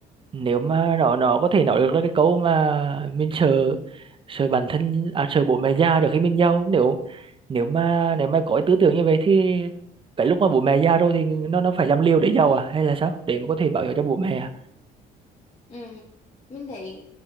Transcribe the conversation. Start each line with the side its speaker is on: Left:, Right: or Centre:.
Right: nếu mà nó nó có thể nói được là cái câu mà mình sợ sợ bản thân à, sợ bố mẹ già trước khi mình giàu nếu nếu mà nếu mà có cái tư tưởng như vậy thì cái lúc mà bố mẹ già rồi thì nó nó phải làm liều để giàu à hay là sao để mà có thể bảo hiểm cho bố mẹ à?
Left: ừ. mình thấy